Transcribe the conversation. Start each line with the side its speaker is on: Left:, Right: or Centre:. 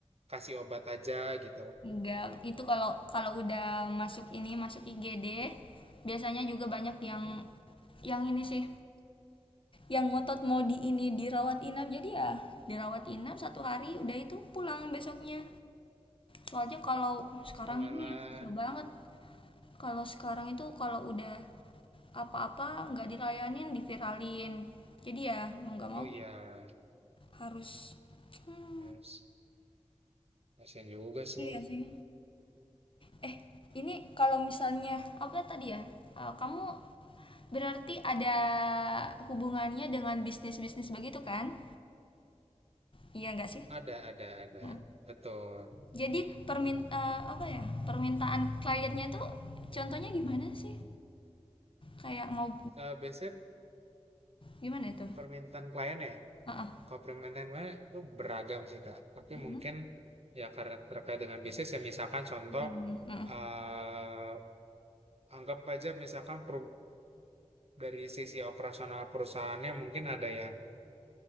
Right: kasih obat aja gitu.
Left: Enggak, itu kalau kalau udah masuk ini masuk IGD biasanya juga banyak
Right: Mhm.
Left: yang yang ini sih yang ngotot mau di ini dirawat inap jadi ya dirawat inap satu hari udah itu pulang besoknya soalnya kalau sekarang
Right: Walah.
Left: ini ya susah banget kalau sekarang itu kalau udah apa-apa nggak dilayanin diviralin jadi ya mau nggak
Right: Oh
Left: mau
Right: iya.
Left: harus hmm,
Right: Yes. Kasihan juga sih.
Left: iya sih eh ini kalau misalnya apa tadi ya Eh, kamu berarti ada hubungannya dengan bisnis bisnis begitu kan iya nggak sih
Right: Ada, ada, ada.
Left: nah,
Right: Betul.
Left: jadi permin eh, apa ya permintaan kliennya tuh contohnya gimana sih
Right: Mhm.
Left: kayak mau
Right: Eh biasanya
Left: gimana itu
Right: permintaan klien ya.
Left: Heeh.
Right: Kalau permintaan klien itu beragam sih, Kak. Tapi
Left: Mm,
Right: mungkin ya karena terkait dengan bisnis ya misalkan contoh
Left: mm, mm,
Right: eh anggap aja misalkan per dari sisi operasional perusahaannya mungkin ada yang